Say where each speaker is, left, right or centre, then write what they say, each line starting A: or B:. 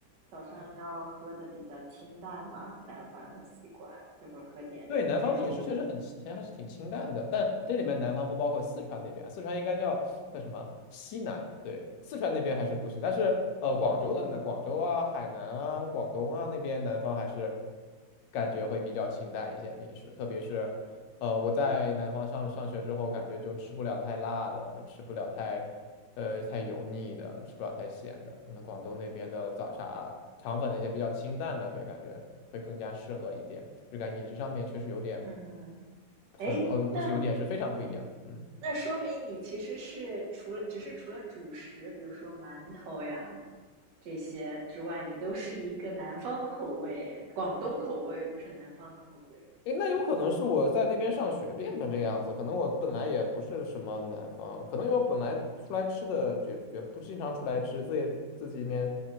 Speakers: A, on the right; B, on the left.
A: 早上要喝的比较清淡嘛，南方有习惯就会喝点粥。
B: 对，南方的饮食确实很清，还是挺清淡的，但这里面南方不包括四川那边，四川应该叫叫什么西南？对，四川那边还是不行，但是呃，广州的呢，广州啊、海南啊、广东啊那边南方还是感觉会比较清淡一些的饮食，特别是呃我在南方上上学之后，感觉就吃不了太辣的，吃不了太呃太油腻的，吃不了太咸的。可能广东那边的早茶、肠粉那些比较清淡的，会感觉会更加适合一点。就感觉饮食上面确实有点
A: 嗯，
B: 很呃，
A: 诶，
B: 不是有点是非常不一样。
A: 那
B: 嗯，
A: 那说明你其实是除了只是除了主食，比如说馒头呀这些之外，你都是一个南方口味耶，广东口味不是南方口味。
B: 诶，那有可能是我在那边上学变成这个样子，可能我本来也不是什么南方，可能因为我本来出来吃的也也不经常出来吃，自己自己面